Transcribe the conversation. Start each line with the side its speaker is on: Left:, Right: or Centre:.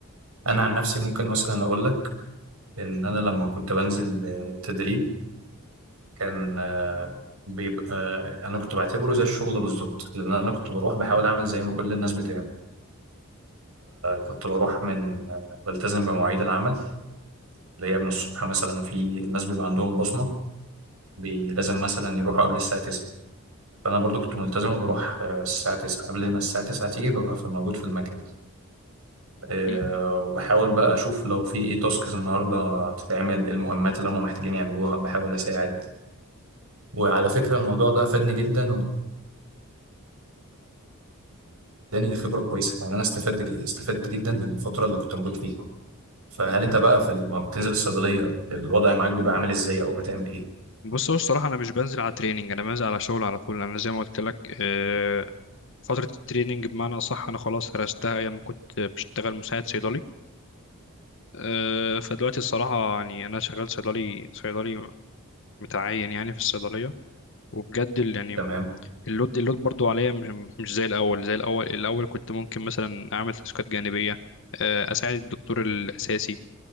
Right: انا عن نفسي ممكن مثلا اقول لك ان انا لما كنت بنزل آه، تدريب كان آه، بيبقى آه، انا كنت بعتبره زي الشغل بالظبط لان انا كنت بروح بحاول اعمل زي ما كل الناس بتعمل كنت بروح من آه، بلتزم بمواعيد العمل اللي هي من الصبح مثلا في الناس بيبقى عندهم بصمه بي- لازم مثلا يروحوا قبل الساعه 9 فانا برضو كنت ملتزم وبروح آه، الساعه 9 قبل ما الساعه 9 تيجي ببقى في- موجود في المكان آه،
Left: مم.
Right: وبحاول بقى اشوف لو في ايه تاسكز النهارده تتعمل إيه المهمات اللي هم محتاجين يعملوها بحاول اساعد وعلى فكره الموضوع ده فادني جدا واداني خبره كويسه يعني انا استفدت ج- استفدت جدا بالفتره اللي كنت موجود فيها فهل انت
Left: مم.
Right: بقى في لما بتنزل الصيدليه الوضع معاك بيبقى عامل ازاي او بتعمل ايه
Left: بص هو الصراحة أنا مش بنزل على تريننج أنا بنزل على شغل على طول أنا زي ما قلت لك آه، فترة التريننج بمعنى أصح أنا خلاص هرستها أيام ما كنت بشتغل مساعد صيدلي أه، فدلوقتي الصراحة يعني أنا شغال صيدلي صيدلي متعين يعني في الصيدلية وبجد ال- يعني
Right: تمام
Left: اللود اللود برضو عليا مش مش زي الأول زي الأول الأول كنت ممكن مثلا أعمل تاسكات جانبية أه، أساعد الدكتور الأساسي